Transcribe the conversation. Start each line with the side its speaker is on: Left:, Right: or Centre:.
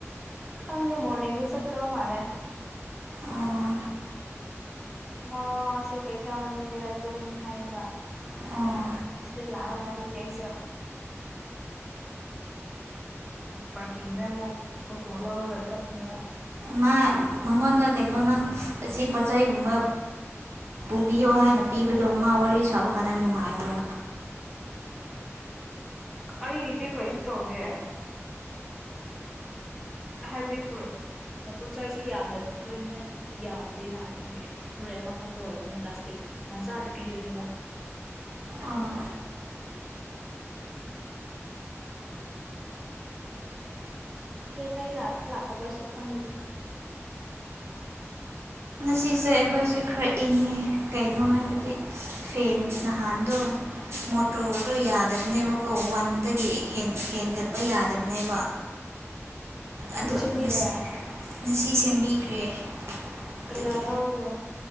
Centre: ꯈꯪꯗꯦ ꯃꯣꯔꯅꯤꯡꯗꯤ ꯆꯠꯀꯗꯕ ꯃꯥꯂꯦ
Right: ꯑꯣ
Centre: ꯃꯥꯁꯦ ꯀꯩꯊꯦꯜ ꯂꯝꯕꯤꯗꯦꯔꯥ ꯇꯨꯝꯅꯤ ꯍꯥꯏꯌꯦꯕ
Right: ꯑꯣ
Centre: ꯁꯤꯗ ꯂꯥꯛꯔꯣꯏ ꯍꯥꯏꯕꯒꯤ ꯑꯩꯁꯨ ꯄꯥꯔꯀꯤꯡꯗ ꯑꯃꯨꯛ ꯑꯣꯇꯣ ꯂꯧꯔꯒ ꯆꯠꯅꯦꯕ
Right: ꯃꯥ ꯃꯉꯣꯟꯗ ꯀꯩꯅꯣ ꯅꯪ ꯑꯁꯤ ꯄꯣꯠꯆꯩꯒꯨꯝꯕ ꯄꯨꯕꯤꯌꯨ ꯍꯥꯏ ꯄꯤꯕꯗꯣ ꯃꯥ ꯋꯥꯔꯤ ꯁꯥꯕ ꯀꯥꯟꯗ ꯅꯨꯡꯉꯥꯏꯕ꯭ꯔꯥ
Centre: ꯑꯩꯒꯤꯗꯤ ꯀꯩꯁꯨ ꯇꯧꯗꯦ ꯍꯥꯏꯕꯗꯤ ꯐ ꯄꯣꯠꯆ ꯆꯩꯁꯨ ꯌꯥꯝꯗꯕꯅ ꯌꯥꯝꯗꯦꯅ ꯑꯗꯨꯒꯤ ꯐꯨꯨꯔꯤꯠ ꯑꯃꯈꯛꯇ ꯑꯣꯏꯕꯅꯦ ꯄ꯭ꯂꯥꯁꯇꯤꯛ ꯃꯆꯥꯗ ꯄꯤꯌꯨꯅꯦꯕ
Right: ꯑꯥ
Centre: ꯃꯤ ꯑꯇꯩ ꯂꯥꯛꯄ ꯂꯥꯛꯇꯥ ꯭ꯕꯔꯁꯨ ꯈꯅ ꯂꯕꯅꯤꯗ
Right: ꯁꯤꯁꯦ ꯑꯩꯈꯣꯏꯁꯦ ꯈꯔ ꯏꯪꯉꯦ ꯀꯩꯅꯣ ꯍꯥꯏꯕꯗꯤ ꯐꯦꯟ ꯅꯍꯥꯟꯗꯣ ꯃꯣꯇꯣꯔꯗꯣ ꯌꯥꯗꯕꯅꯦꯕꯀꯣ ꯋꯥꯟꯗꯒꯤ ꯍꯦꯟꯒꯠꯄ ꯌꯥꯗꯕꯅꯦꯕ ꯑꯗꯣ
Centre: ꯑꯗꯨ ꯁꯦꯝꯕꯤꯔꯦ
Right: ꯉꯁꯤ ꯉꯁꯤ ꯁꯦꯝꯕꯤꯈ꯭ꯔꯦ ꯑꯗꯒꯤ
Centre: ꯀꯌꯥ ꯂꯧꯒꯦ